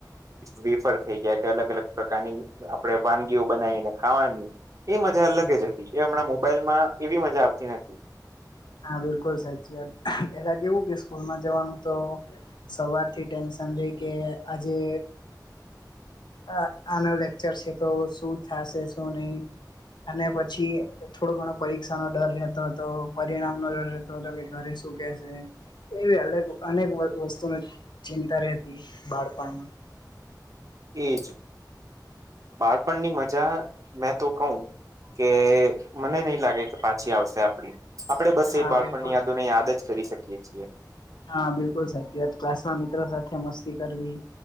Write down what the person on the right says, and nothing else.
વિફળ થઈ ગયા કે અલગ-અલગ પ્રકારની આપણે વાનગીઓ બનાવીને ખાવાની એ મજા અલગ જ હતી એ હમણાં મોબાઈલમાં એવી મજા આવતી નતી.
એજ બાળપણની મજા મેં તો કહું કે મને નઈ લાગે કે પાછી આવશે આપડી. આપડે બસ
એ બાળપણની
યાદોને યાદ જ કરી શકીએ છીએ.